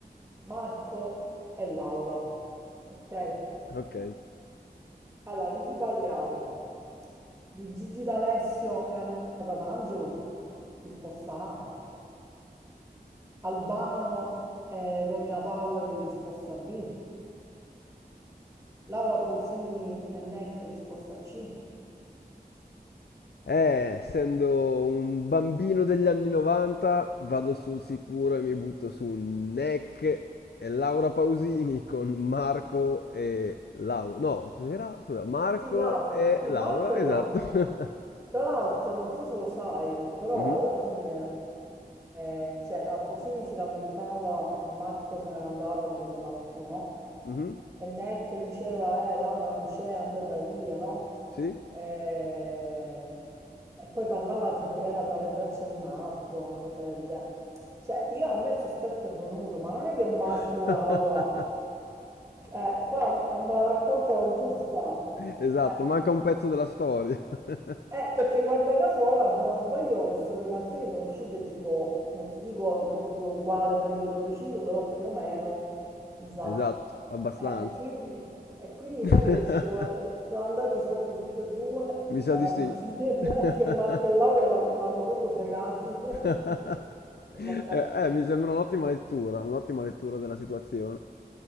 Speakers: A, on the right (about 20°); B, on the left (about 85°).
A: Marco e Laura, ok?
B: ok.
A: Allora, di chi parliamo? Di Gigi D'Alessio e Anna Tatangelo? Risposta A. Albano e Romina Power? Risposta B. Laura Pausini e NEC? Risposta C.
B: Eh, essendo un bambino degli anni 90, vado sul sicuro e mi butto su Neck e Laura Pausini con Marco e Laura. No, cos'era? Scusa, Marco
A: Sì, Laura,
B: e
A: sì,
B: Laura,
A: Marco e
B: esatto.
A: Laura.
B: <laughs>
A: Tra l'altro, non so se lo sai, però
B: Mhm,
A: alla fine, eh, cioè, la Pausini si lamentava che Marco se n'era andato e non ritornava più, no?
B: mhm,
A: E Neck diceva, eh, Laura non c'è, è andata via, no?
B: Sì?
A: Eh, E, poi parlava tipo che era tra le braccia di un altro, una cosa del genere. Cioè, io a me il sospetto è venuto, ma non è che Marco
B: <laughs>
A: e Laura, eh, qua non me la raccontano giusta.
B: Esatto,
A: Eh,
B: manca un pezzo della storia. <laughs>
A: eh, perché guarda caso ora, se non sbaglio, queste due canzoni sono uscite tipo, non ti dico nel proprio uguale periodo preciso, però più o meno, mi sa.
B: Esatto, abbastanza.
A: Eh, e quindi, e quindi
B: <laughs>
A: sai che ci sono, ci sono andati sotto tutte e due,
B: Mi sa
A: la
B: di
A: Raposi
B: sì.
A: che
B: <laughs>
A: Marco e Laura l'han- l'hanno proprio fregati. <laughs>
B: <laughs>
A: Per
B: Eh,
A: la bella.
B: eh, mi sembra un'ottima lettura, un'ottima lettura della situazione.